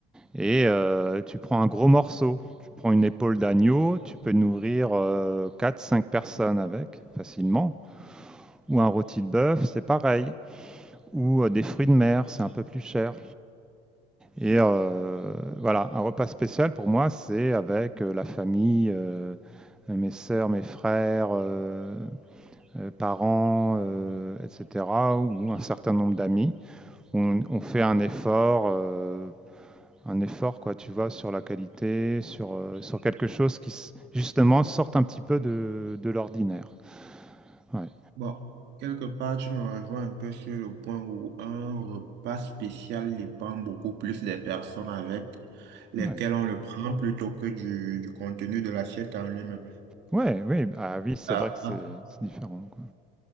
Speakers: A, in the centre; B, on the right.
A: Et euh, tu prends un gros morceau, tu prends une épaule d'agneau, tu peux nourrir euh, quatre cinq personnes avec facilement. Ou un rôti de bœuf, c'est pareil. Ou euh, des fruits de mer, c'est un peu plus cher. Et euh, voilà, un repas spécial pour moi, c'est avec euh, la famille, euh, mes sœurs, mes frères, euh, euh, parents, euh, etc., ou un certain nombre d'amis. On, on fait un effort euh, un effort, quoi, tu vois, sur la qualité, sur, euh, sur quelque chose qui, s- justement, sorte un petit peu de, de l'ordinaire. Ouais,
B: Bon, quelque part, tu me rejoins un peu sur le point où un repas spécial dépend beaucoup plus des personnes avec lesquelles
A: ouais.
B: on le prend plutôt que du, du contenu de l'assiette en lui-même.
A: Ouais, oui, ah oui, c'est
B: À,
A: vrai que c'est
B: à
A: c'est différent, quoi.